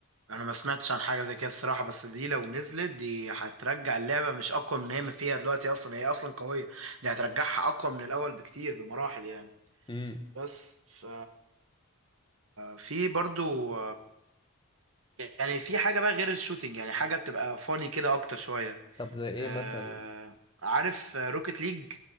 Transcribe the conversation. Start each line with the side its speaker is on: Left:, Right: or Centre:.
Right: انا ما سمعتش عن حاجه زي كده الصراحه بس دي لو نزلت دي هترجع اللعبه مش اقوى من هي ما فيها دلوقتي اصلا هي اصلا قويه دي هترجعها اقوى من الاول بكتير بمراحل يعني
Left: ايه
Right: بس ف في برضو يعني في حاجه بقى غير الشوتينج يعني حاجه بتبقى فاني كده اكتر شويه
Left: طب زي ايه
Right: آه،
Left: مثلا
Right: عارف روكيت ليج